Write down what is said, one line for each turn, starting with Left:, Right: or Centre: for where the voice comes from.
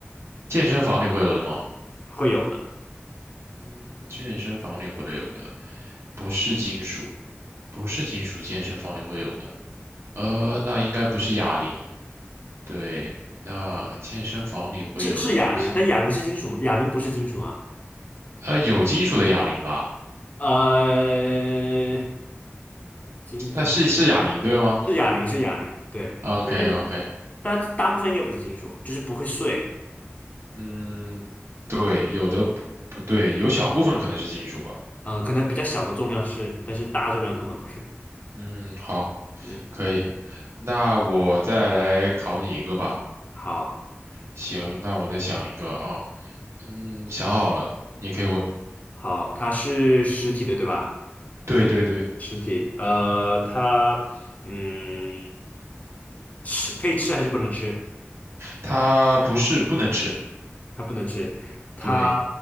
Right: 健身房里会有的吗？
Left: 会有的，
Right: 嗯，健身房里会有的，不是金属，不是金属，健身房里会有的。呃，那应该不是哑铃，对，那健身房里会有的东西。
Left: 是是哑铃啊，但哑铃是金属吗？哑铃不是金属啊，
Right: 呃，有金属的哑铃吧？
Left: 呃，金
Right: 但是是哑铃对吗
Left: 是哑铃是哑铃，对，
Right: ？OK
Left: 但是大大部分应该不是金属，
Right: OK，
Left: 就是不会碎，
Right: 嗯，对，有的不不对，有小部分可能是金属吧。
Left: 呃，可能比较小的重量是，但是大重量通常不是，
Right: 嗯，好，
Left: 嗯，
Right: 可以。那我再来考你一个吧。
Left: 好，
Right: 行，那我再想一个啊。嗯，想好了，你可以问。
Left: 好，它是实体的对吧？
Right: 对对对，
Left: 实体，呃，它，嗯，吃可以吃还是不能吃？
Right: 它不是不能吃。
Left: 它不能吃，它
Right: 对，